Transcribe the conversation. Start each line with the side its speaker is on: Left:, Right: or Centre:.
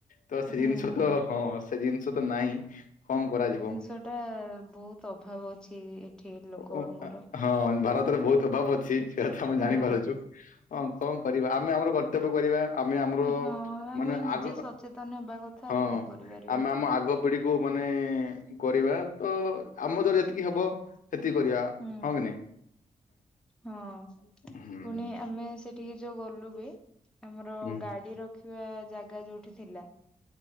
Left: ତ ସେ
Centre: ହୁଁ
Left: ଜିନିଷ
Centre: ହୁଁ
Left: ତ ହଁ ସେ ଜିନିଷ ତ ନାହିଁ କଣ କରାଯିବ।
Centre: ସେଟା ବହୁତ ଅଭାବ ଅଛି ଏଠି ଲୋକଙ୍କର।
Left: ଓ, ଆ- ହଁ ଭାରତରେ ବହୁତ ଅଭାବ ଅଛି ସେୟା ତ ଆମେ
Centre: ହଁ
Left: ଜାଣିପାରୁଛୁ ହଁ କଣ କରିବା। ଆମେ ଆମର କର୍ତ୍ତବ୍ୟ କରିବା। ଆମେ ଆମର
Centre: ହଁ ଆମେ
Left: ମାନେ
Centre: ନିଜେ
Left: ଆଗ
Centre: ସଚେତନ ହେବା କଥା ଆଉ
Left: ହଁ
Centre: କଣ କରିପାରିବା।
Left: ଆମେ ଆମ ଆଗ ପିଢି। ଓ ମାନେ କରିବା ତ ଆମ ଦ୍ୱାରା ଯେତିକି ହବ। କ୍ଷତି କରିବା
Centre: ହୁଁ
Left: ହଁ କି ନାହିଁ?
Centre: ହଁ ପୁଣି
Left: ହୁଁ ହୁଁ।
Centre: ଆମେ ସେଠିକି ଯୋଉ ଗଲୁ ବି। ଆମର
Left: ହୁଁ।
Centre: ଗାଡି ରଖିବା ଜାଗା ଯୋଉଠି ଥିଲା।